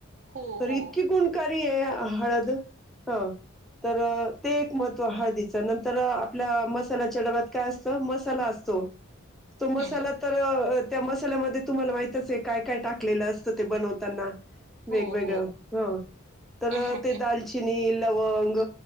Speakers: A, on the right; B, in the centre.
A: हो
B: तर
A: हो
B: इतकी गुणकारी आहे हळद हा तर ते एक महत्व ह दिच नंतर आपल्या मस् मच्या डब्यात काय असत मला असतो तो मसाला
A: हा
B: तर त्या मसाल्यामध्ये तुम्हाला माहितच आहे काय काय टाकलेलं अस ते बनवताना
A: हो
B: वेगवेगळ
A: हो
B: ह तर
A: आहा,
B: ते दालचिनी लवंग